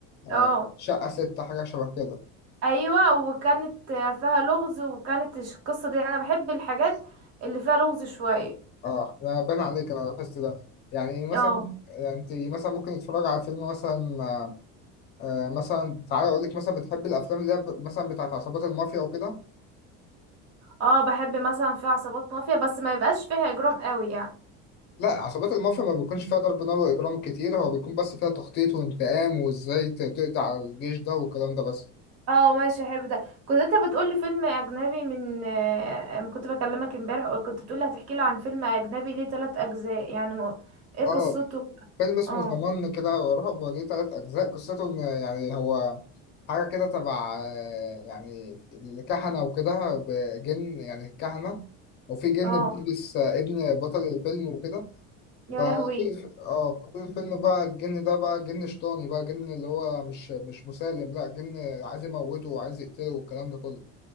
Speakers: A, on the left; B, on the right.
A: آه
B: اه
A: شقة ستة حاجة شبه كده
B: ايوه وكانت آه، فيها لغز وكانت الش- القصه دي انا بحب الحاجات اللي فيها لغز شويه
A: اه ده بان عليك انا لاحظت ده يعني مثلا
B: اه
A: يعني انت مثلا ممكن تتفرج على فيلم مثلا آه، آه، مثلا تعالى اقول لك مثلا بتحب الافلام اللي هي ب- مثلا بتاعت عصابات المافيا وكده
B: اه بحب مثلا فيها عصابات مافيا بس ما يبقاش فيها اجرام قوي يعني
A: لا عصابات المافيا ما بيكونش فيها ضرب نار واجرام كتير هو بيكون بس فيها تخطيط وانتقام وازاي ت- تقضي على الجيش ده والكلام ده بس
B: اه ماشي احب ده كنت انت بتقول لي فيلم اجنبي من آه، ما كنت بكلمك امبارح وكنت بتقول لي هتحكي لي عن فيلم اجنبي ليه ثلاث اجزاء يعني ما... ايه
A: اه
B: قصته
A: فيلم اسمه
B: اه
A: زمان كده ورهب وليه تلات اجزاء قصته ان يعني هو حاجه كده تبع آه، يعني الكهنه وكده بجن يعني الكهنه وفي جن
B: اه
A: بيلبس آه، ابن بطل الفيلم وكده
B: يا
A: فطول
B: لهوي
A: الف- اه فطول الفيلم بقى الجن ده بقى جن شيطاني بقى جن اللي هو مش مش مسالم لا جن عايز يموته وعايز يقتله والكلام ده كله